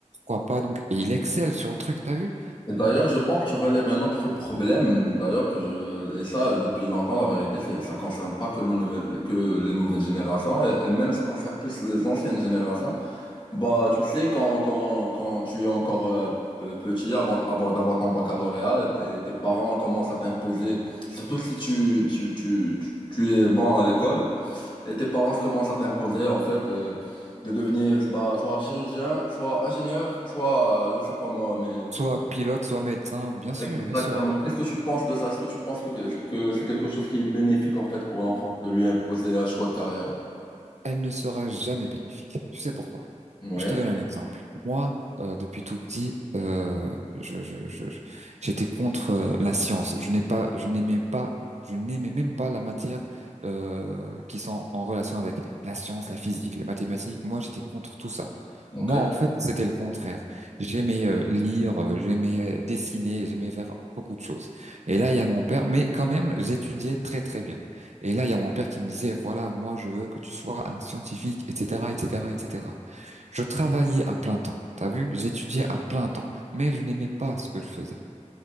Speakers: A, on the right; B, on the left.
A: Pourquoi pas donc? Et il excelle sur le truc, t'as vu?
B: Et d'ailleurs, je pense que tu relèves un autre problème, d'ailleurs, que je, et ça, depuis longtemps, la vérité, c'est- ça concerne pas que, le nouvel- que les nouvelles générations, et, et même ça concerne plus les anciennes générations. Bah, tu sais, quand, quand, quand tu es encore euh, pe- petit, avant, avant d'avoir ton baccalauréat, tes, tes parents commencent à t'imposer, surtout si tu, tu, tu, tu, tu es bon à l'école, et tes parents commencent à t'imposer, en fait, euh, de devenir bah, soit chirurgien, soit ingénieur, soit, euh, je sais pas moi, mais...
A: Soit pilote, soit médecin, bien sûr,
B: Exactement.
A: bien sûr.
B: Qu'est-ce que tu penses de ça? Est-ce que tu penses que, que c'est quelque chose qui est bénéfique, en fait, pour l'enfant, de lui imposer un choix de carrière?
A: elle ne sera jamais bénéfique. Tu sais pourquoi?
B: Oui,
A: Je te donne un exemple. Moi, euh, depuis tout petit, euh, je, je, je- je- j'étais contre euh, la science. Je n'ai pas, je n'aimais pas, je n'aimais même pas la matière euh, qui sont en relation avec la science, la physique, les mathématiques. Moi, j'étais contre tout ça.
B: ok.
A: Moi, en fait, c'était le contraire. J'aimais euh, lire, euh, j'aimais dessiner, j'aimais faire beaucoup de choses. Et là, il y a mon père, mais quand même, j'étudiais très très bien. Et là, il y a mon père qui me disait, voilà, moi, je veux que tu sois un scientifique, etc., etc., etc. Je travaillais à plein temps. T'as vu? J'étudiais à plein temps. Mais je n'aimais pas ce que je faisais.